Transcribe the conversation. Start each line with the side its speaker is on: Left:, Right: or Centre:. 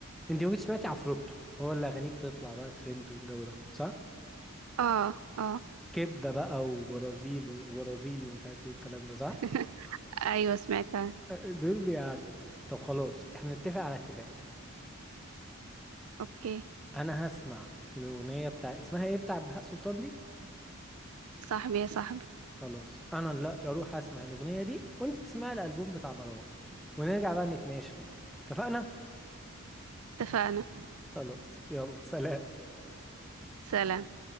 Centre: انت ممكن سمعتي عفروتو هو اللي اغانيه بتطلع بقى ترند والجو ده صح
Right: اه اه
Centre: كبده بقى وبرازيل وبرازيلي ومش عارف ايه والكلام ده صح
Right: <laughs> ايوه سمعتها
Centre: دول بيعدوا طب خلاص احنا نتفق على اتفاق
Right: اوكي
Centre: انا هسمع الاغنيه بتاع اسمها ايه بتاع بهاء سلطان دي
Right: صاحبي يا صاحبي
Centre: خلاص انا دلوقتي اروح اسمع الاغنيه دي وانت تسمعي الالبوم بتاع مروان ونرجع بقى نتناقش فيهم اتفقنا
Right: اتفقنا
Centre: خلاص يلا سلام
Right: سلام